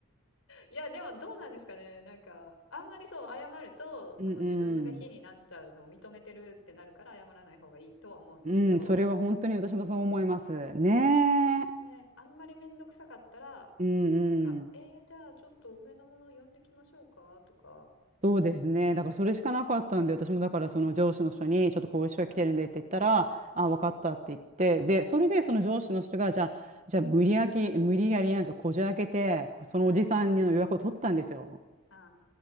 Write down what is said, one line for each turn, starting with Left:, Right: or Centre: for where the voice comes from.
Left: いや、でもどうなんですかね。なんか、あんまりそう、謝ると、その自分が非になっちゃうのを認めてるってなるから、
Right: うん
Left: 謝らない方がいいとは思うんですけど、
Right: うん。うん、それは本当に私もそう思います。
Left: うん、
Right: ねえ。
Left: あんね、あんまりめんどくさかったら、
Right: うんうん。
Left: なんか、えー、じゃあちょっと上のもを呼んできましょうかとか。
Right: そうですね。だからそれしかなかったんで、
Left: うん。
Right: 私もだからその上司の人に、
Left: うんうん。
Right: ちょっとこういう人が来てるんでって言ったら、
Left: はい。
Right: あ、
Left: うんうん。
Right: 分かったって言って、で、それでその上司の人が、
Left: はい。
Right: じゃあ、じゃあ無理やり、無理やりなんかこじ開けて、こそのおじさんの予約を取ったんですよ。
Left: はい。あ